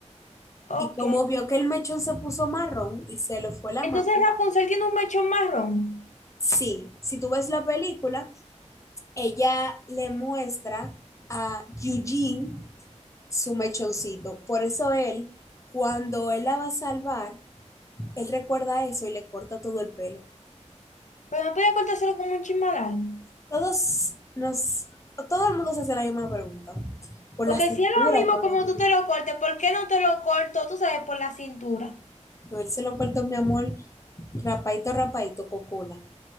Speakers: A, on the left; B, on the left.
A: Ok.
B: Y como vio que el mechón se puso marrón y se le fue la
A: Entonces
B: madre,
A: Rapunzel tiene un mechón marrón,
B: sí, si tú ves la película ella le muestra a Eugene su mechoncito. Por eso él, cuando él la va a salvar, él recuerda eso y le corta todo el pelo.
A: pero no podía cortárselo como un chismadal.
B: Todos nos, todo el mundo se hace la misma pregunta. Por
A: Porque
B: la cintura,
A: si es lo mismo
B: por
A: como
B: la mano.
A: tú te lo cortes, ¿por qué no te lo corto, tú sabes, por la cintura?
B: No, él se lo cortó, mi amor, rapadito, rapadito, cocola.